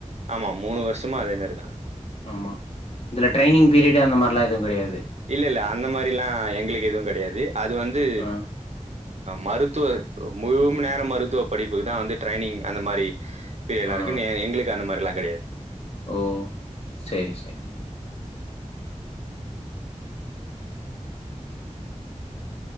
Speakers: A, on the right; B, on the left.
A: ஆமா மூணு வருஷமா அதே மாறி தான்
B: ஆமா இதுல ட்ரைய்னிங் பீரியடு அந்த மாறி லாம் எதுவு கெடையாது
A: இல்ல இல்ல அந்த மாறில்லாம் எங்களுக்கு எதுவும் கிடையாது அது வந்து
B: ஆ
A: மருத்துவர் முழு நேரோ மருத்துவ படிப்புக்கு தா வந்து ட்ரைனிங் அந்த மாரி அப்படியெல்லா
B: ஆ
A: இருக்கு எங்களுக்கு அந்த மாரில்லா கெடையாது
B: ஓ செரி செரி